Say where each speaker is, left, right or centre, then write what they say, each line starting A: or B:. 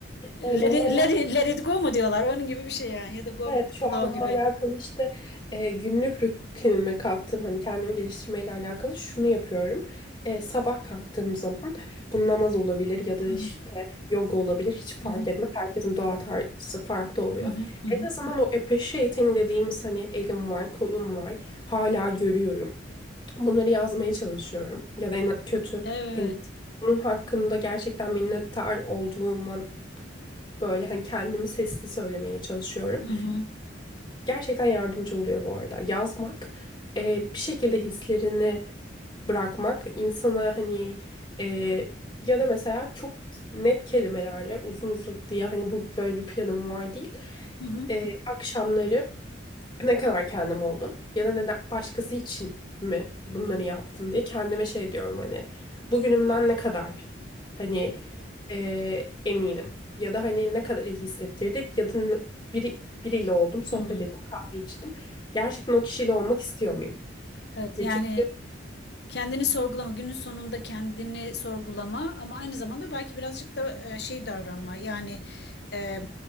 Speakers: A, on the left; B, on the left.
A: Let
B: evet onunla
A: it
B: alakalı
A: let it let it go mu diyorlar? Onun gibi bir şey yani ya da go
B: Evet
A: with the
B: şu
A: flow
B: an onunla
A: gibi.
B: alakalı işte e, günlük rutinime kattığım hani kendimi geliştirmeyle alakalı şunu yapıyorum. E, sabah kalktığım zaman bu namaz olabilir ya da
A: Hı
B: işte
A: hı.
B: yoga olabilir hiç fark
A: Hı hı.
B: etmez. Herkesin doğa tarzı farklı oluyor.
A: Hı hı. Hı
B: En
A: hı.
B: azından o appreciating dediğimiz hani elim var kolum var hala görüyorum. Bunları yazmaya çalışıyorum. Ya da en kötü
A: Evet.
B: hani bunun hakkında gerçekten minnettar olduğuma böyle hani kendimi sesli söylemeye çalışıyorum.
A: Hı hı.
B: Gerçekten yardımcı oluyor bu arada. Yazmak, e, bir şekilde hislerini bırakmak insana hani e, ya da mesela çok net kelimelerle uzun uzadıya hani bu böyle bir planım var değil.
A: Hı hı.
B: E, akşamları ne kadar kendim oldum ya da neden başkası için mi bunları yaptım diye kendime şey diyorum hani bugünümden ne kadar hani eee, eminim ya da hani ne kadar iyi hissettirdik ya da ne- biri, biriyle oldum sohbet
A: Hımm.
B: ettim kahve içtim gerçekten o kişiyle olmak istiyor muyum?
A: Evet
B: Ya
A: yani
B: çünkü
A: kendini sorgulama, günün sonunda kendini sorgulama ama aynı zamanda belki birazcık da e, şey davranma. Yani e,